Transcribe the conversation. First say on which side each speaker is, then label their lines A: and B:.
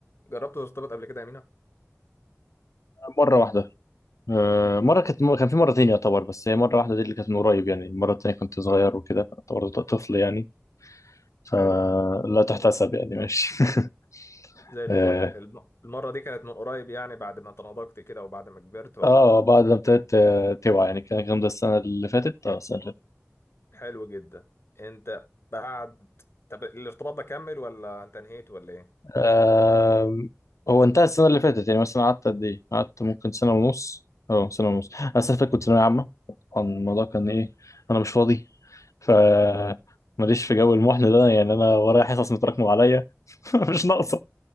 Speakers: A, on the left (about 55°); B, on the left (about 80°).
A: جربت ترتبط قبل كده يا مينا
B: مرة واحدة آه، مرة كانت كان في مرتين يعتبر بس هي مرة واحدة دي اللي كانت من قريب يعني المرة التانية كنت صغير وكده يعتبر طفل يعني فلا
A: حلو
B: تحتسب يعني ماشي <laughs>
A: زي الفل
B: اه
A: الم- المرة دي كانت من قريب يعني بعد ما تناضجت كده وبعد ما كبرت ولا
B: آه، بعد ما ابتديت آه، توعى يعني كان الكلام ده السنة اللي فاتت اه السنة اللي فاتت
A: حلو جدا انت بعد طب الارتباط ده كمل ولا انت انهيت ولا ايه
B: آه، هو انتهى السنة اللي فاتت يعني مثلا قعدت قد ايه؟ قعدت ممكن سنة ونص اه سنة ونص انا السنة اللي فاتت كنت ثانوية عامة طبعاً الموضوع كان ايه انا مش فاضي ف ماليش في جو المحن ده يعني انا ورايا حصص متراكمه عليا <laughs> مش ناقصه